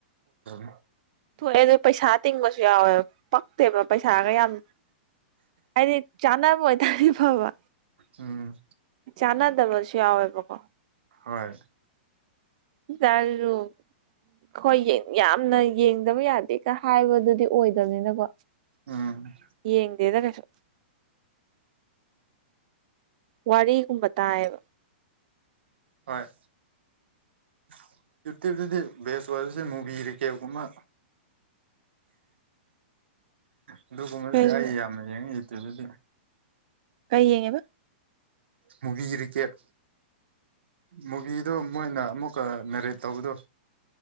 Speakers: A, on the right; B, on the right.
A: <unintelligible>
B: ꯊꯣꯛꯑꯦ ꯑꯗꯨ ꯄꯩꯁꯥ ꯇꯤꯡꯕꯁꯨ ꯌꯥꯎꯋꯦꯕ ꯄꯛꯇꯦꯕ ꯄꯩꯁꯥꯒ ꯌꯥꯝ ꯍꯥꯏꯗꯤ ꯆꯥꯅꯕ ꯑꯣꯏꯇꯥꯔꯗꯤ ꯐꯕ
A: ꯎꯝ
B: ꯆꯥꯅꯗꯕ ꯁꯨ ꯌꯥꯎꯋꯦꯕꯀꯣ
A: ꯍꯣꯏ
B: <unintelligible> ꯍꯣꯏ ꯌꯥꯝꯅ ꯌꯦꯡꯗꯕ ꯌꯥꯗꯦꯒ ꯍꯥꯏꯕꯗꯨꯗꯤ ꯑꯣꯏꯗꯕꯅꯤꯅꯀꯣ
A: ꯎꯝ
B: ꯌꯦꯡꯗꯦꯗ ꯀꯩꯁꯨ ꯋꯥꯔꯤꯒꯨꯝꯕ ꯇꯥꯏꯌꯦꯕ
A: ꯍꯣꯏ <unintelligible> ꯕꯦꯁ ꯑꯣꯏꯕꯁꯦ ꯃꯨꯚꯤ ꯔꯤꯀꯦꯞꯒꯨꯝꯕ ꯑꯗꯨꯒꯨꯝꯕꯗꯨꯗꯤ
B: ꯐꯦꯁꯕꯨꯛ
A: ꯑꯩ ꯌꯥꯝꯅ ꯌꯦꯡꯉꯦ ꯌꯨꯇꯨꯕꯇꯗꯤ
B: ꯀꯩ ꯌꯦꯡꯉꯦꯕ
A: ꯃꯨꯕꯤ ꯔꯤꯀꯦꯞ ꯃꯨꯚꯤꯗꯣ ꯃꯣꯏꯅ ꯑꯃꯨꯛꯀ ꯅꯦꯔꯦꯠ ꯇꯧꯕꯗꯣ